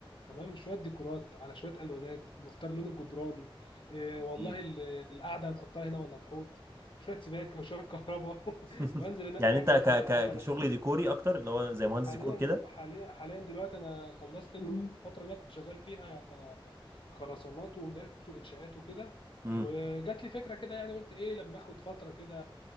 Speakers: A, on the left (about 60°); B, on the right (about 25°).
A: تمام شويه ديكورات على شويه الوانات نختار لون الجدران إيه والله
B: مين
A: ال- القعده هنحطها هنا ولا الحوض شويه سباكه وشويه كهرباء
B: <laughs>
A: <laughs> وانزل انقي
B: يعني
A: نجف
B: انت ك ك
A: مع العملاء
B: كشغل ديكوري اكتر اللي هو زي مهندس
A: حاليا
B: ديكور كده
A: حاليا حاليا دلوقتي انا خلصت الفتره اللي انا كنت شغال فيها خرسانات ومولات وانشاءات وكده
B: امم
A: وجات لي فكره كده يعني قلت ايه لما اخد فتره كده